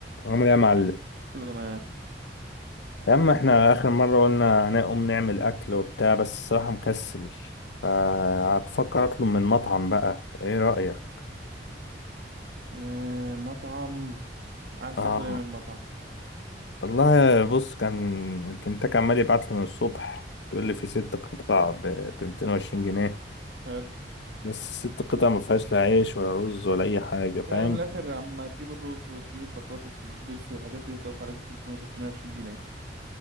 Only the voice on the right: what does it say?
كله تمام
إيه مطعم عايز
تاكل ايه من مطعم
حلو
يعني من الاخر اما تجيب الرز وتجيب البطاطس والبيبسي والحاجات دي هتقف عليك ب 300 320 جنيه